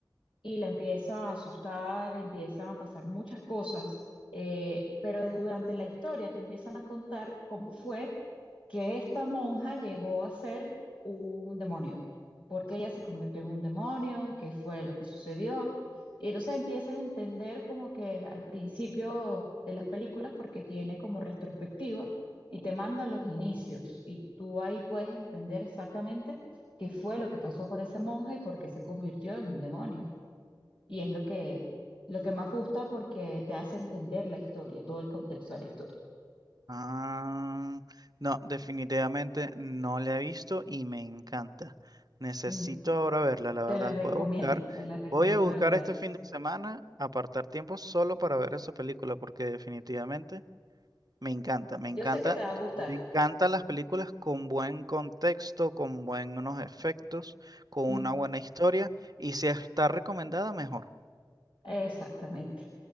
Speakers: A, on the left; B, on the right.
A: y la empieza a asustar, empiezan a pasar muchas cosas, eh, pero durante la historia te empiezan a contar cómo fue que esta monja llegó a ser un demonio, porque ella se convirtió en un demonio, qué fue lo que sucedió. Y entonces empiezas a entender como que al principio de las películas, porque tiene como retrospectiva y te manda los inicios y tú ahí puedes entender exactamente qué fue lo que pasó con esa monja y por qué se convirtió en un demonio. Y es lo que, lo que más gusta porque te hace entender la historia, todo el contexto de la historia.
B: Ah, no, definitivamente no la he visto y me encanta. Necesito
A: Mm,
B: ahora verla, la
A: te
B: verdad.
A: la recomiendo,
B: Voy a buscar,
A: te la recomiendo
B: voy a buscar
A: de verdad
B: este
A: que sí.
B: fin de semana, apartar tiempo solo para ver esa película, porque definitivamente... Me encanta, me encanta,
A: Yo sé que te va a gustar.
B: me encantan las películas con buen contexto, con buenos efectos, con
A: Mm,
B: una buena historia y si está recomendada, mejor.
A: exactamente.